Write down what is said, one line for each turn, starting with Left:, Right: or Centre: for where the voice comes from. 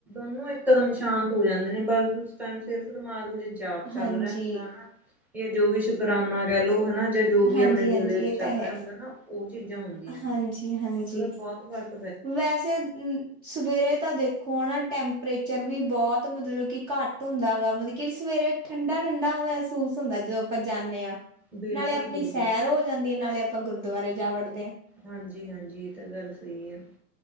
Centre: ਨੂੰ ਇਕ ਦਮ ਸ਼ਾਂਤ ਹੋ ਜਾਂਦੇ ਨੇ ਬਸ ਉਸ ਟਮ ਸਿਰਫ ਦਿਮਾਗ ਜਾਪ ਚੱਲ
Right: ਹਾਂਜੀ।
Centre: ਰਿਹਾ ਹੁੰਦਾ ਹਨਾ ਇਹ ਜੋ ਵੀ ਸ਼ੁਕਰਾਨਾ ਕਹਿ ਲਓ ਹਨਾ ਜ ਜੋ ਵੀ
Right: ਹਾਂਜੀ-ਹਾਂਜੀ
Centre: ਆਪਣੇ ਦਿਲ ਦੇ ਵਿੱਚ
Right: ਇਹ
Centre: ਚੱਲ
Right: ਤਾਂ ਹੈ
Centre: ਰਿਹਾ ਹੁੰਦਾ ਨਾ, ਉਹ ਚੀਜ਼ਾਂ ਹੁੰਦੀਆਂ ਨੇ,
Right: ਹਾਂਜੀ-ਹਾਂਜੀ
Centre: ਮਤਲਬ ਬਹੁਤ ਫਰਕ
Right: ਵੈਸੇ! ਸਵੇਰੇ ਤਾਂ ਦੇਖੋ ਨਾ ਟੈਂਪਰੇਚਰ ਵੀ ਬਹੁਤ ਮਤਲਬ ਕਿ ਘੱਟ ਹੁੰਦਾ ਗਾ ਮਤਲਬ ਕਿ ਸਵੇਰੇ, ਠੰਡਾ -ਠੰਡਾ ਮਹਿਸੂਸ ਹੁੰਦਾ ਜਦੋਂ ਆਪਾਂ ਜਾਂਦੇ ਆ।
Centre: ਬਿਲਕੁਲ
Right: ਨਾਲੇ ਆਪਣੀ
Centre: ਬਿਲਕੁਲ
Right: ਸੈਰ ਹੋ ਜਾਂਦੀ, ਨਾਲੇ ਆਪਾਂ ਗੁਰਦਵਾਰੇ ਜਾ ਵੜਦੇ ਆਂ।
Centre: ਹਾਂਜੀ- ਹਾਂਜੀ ਏ ਤਾਂ ਗੱਲ ਸ‌ਈ ਆ।